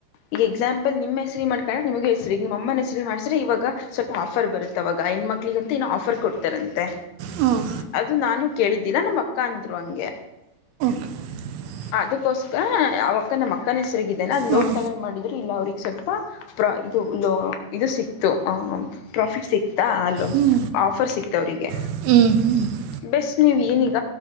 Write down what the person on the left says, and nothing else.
ಈಗ ಎಕ್ಸಾಂಪಲ್ ನಿಮ್ಮ ಹೆಸರು ಮಾಡ್ಕೊಂಡಣ ನಿಮಗೆ ಹೆಸರಿ ನಿಮ್ಮನ ಹೆಸರು ಮಾಡಸ್ರರಿ ಇವಾಗ ಸ್ವಲ್ಪ ಆಫರ್ ಬರುತ್ತೆ ಅವಾಗ ಹೆಣ್ಣು ಮಕ್ಳಿಗಂತೂ ಇನ್ನೂ ಆಫರ್ ಕೊಡ್ತಾರಂತೆ
ಅದು ನಾನು ಕೇಳಿದ್ದೀರ ನಮ್ಮ ಅಕ್ಕ ಅಂದ್ರು ಹಂಗೆ
ಅದಕ್ಕೋಸ್ಕ ಯಾವಕ್ಕ ನಮ್ಮ ಅಕ್ಕನ ಹೆಸರಿಗಿದ್ದಾನ ಅ
ಲೋನ್ ತಗೊಂಡ್ ಮಾಡಿದ್ರರು ಇಲ್ಲ ಅವ್ರಿಗೆಗ್ ಸ್ವಲ್ಪ ಇದು ಇದು ಸಿಕ್ತು ಪ್ರಾಫಿಟ್ ಸಿಕ್ತ ಾ ಅಲ್ಲೋ
ಆಫರ್ ಸಿಕ್ತ ಅವ್ರಿಗೆ
ಬೆಸ್ಟ್ ನೀವ್ ಏನೀಗ